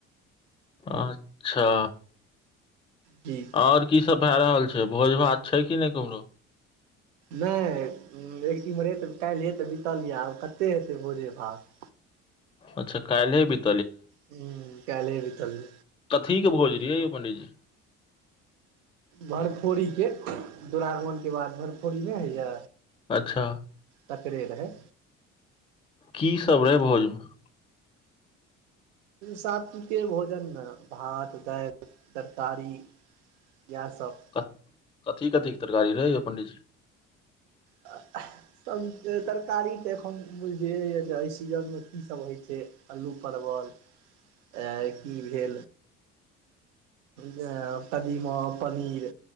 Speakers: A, on the left; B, on the right.
A: अच्छा
B: जी
A: आओर की सब भए रहल छै भोज भात छै कि नहि केमरो
B: नहि एक हिमहर रे तऽ काल्हिे तऽ बीतल यऽ आब कते हेतै भोजे भात
A: अच्छा कालिह बित
B: हुँ कालिह बितल या
A: कथिकें भोज रहीै यौ पणडित जी
B: भरफोरीके दु्वरागमनके बाद भरफोरी नहि होइए
A: अच्छा
B: तकरे रहै
A: की सब रहै भोजमे
B: सात्विक कें भोजन रहै भात दालि तरकारी इहासब
A: क कथी कथीके तरकारी रहै यौ पण्डीजी
B: आ हें तब तरकारी तऽ एखन बुझियैए जे एहि सीजनमे कीसभ होइ छै अलू परवल आ की भेल जे कदीमा पनीर